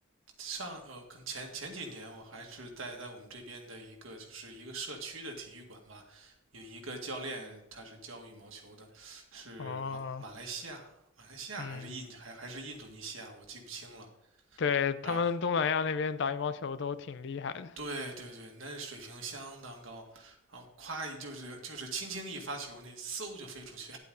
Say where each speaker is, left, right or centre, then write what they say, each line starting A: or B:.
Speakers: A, on the right; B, on the left.
A: 上呃，可能前前几年我还是在在我们这边的一个就是一个社区的体育馆吧，有一个教练他是教羽毛球的，是马马来西亚，
B: 哦，
A: 马来西亚还是印还还是印度尼西亚，
B: 嗯，
A: 我记不清了。
B: 对，
A: 然后。
B: 他们东南亚那边打羽毛球都挺厉害的。
A: 对对对，那水平相当高，然后夸一就是就是轻轻一发球，那嗖就飞出去